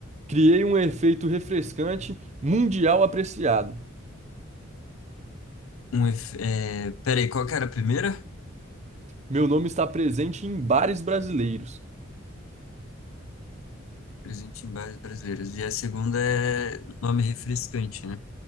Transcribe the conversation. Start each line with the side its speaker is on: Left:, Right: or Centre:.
Right: Criei um efeito refrescante mundial apreciado.
Left: Um, efe- é, peraí, qual que era a primeira?
Right: Meu nome está presente em bares brasileiros.
Left: Presente em bares brasileiros. E a segunda é nome refrescante, né?